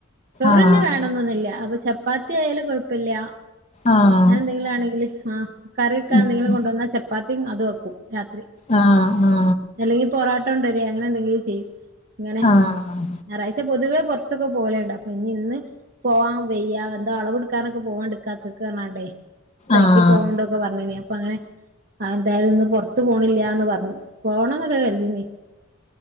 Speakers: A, on the right (about 45°); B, on the left (about 35°).
A: ചോറ്ന്നെ
B: ആഹ്
A: വേണംന്നൊന്നില്ല അപ്പ ചപ്പാ - എത്തിആയാലും കൊഴപ്പല്ല
B: ആഹ്
A: അങ്ങനെ എന്തെങ്കിലു ആണെങ്കില് ആ കറിവക്കാ
B: ഉം
A: എന്തെങ്കിലും കൊണ്ടുവന്നാൽ ചപ്പാത്തിയും അത് വെക്കും രാത്രി
B: ആഹ് ആഹ്
A: അല്ലെങ്കി പൊറോട്ട ഒണ്ടര് അങ്ങനെ എന്തെങ്കിലും ചെയ്യും ഇങ്ങനെ
B: ആഹ്
A: ഞായറാഴ്ച പൊതുവേ പുറത്തൊക്കെ പോലുണ്ട് അപ്പൊ ഇനി ഇന്ന് പോവാൻ വെയ്യാ പറഞ്ഞ ഇന്തോ അളവെടുക്കാനൊക്കെ പോവാണ്ട്ഇക്കക്കാക്ക് പാർനാണ്ടേ സൈറ്റിൽ
B: ആഹ്
A: പോവാണ്ടൊക്കെ പറഞ്ഞിനെ അപ്പൊ അങ്ങനെ ആഹ് എന്തായാലും ഇന്ന് പുറത്ത് പോണില്ലന്ന് പറഞ്ഞു പോണംന്നൊക്കെ കരുതീനി